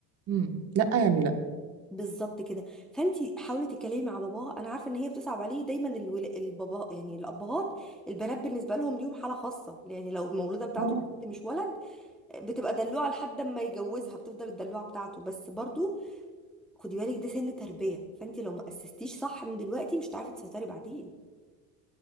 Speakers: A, on the right; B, in the centre.
A: مم. لا يعني لا
B: بالظبط كده فانت حاولي تتكلمي مع باباها انا عارفه ان هي بتصعب عليه دايما الول... البابا يعني الابهات البنات بالنسبه لهم ليهم حاله خاصه يعني لو المولوده بتاعته
A: اه
B: بنت مش ولد بتبقى دلوعه لحد ما يجوزها بتفضل الدلوعه بتاعته بس برضو خدي بالك ده سن تربيه فانت لو ما اسستيش صح من دلوقتي مش هتعرفي تسيطري بعدين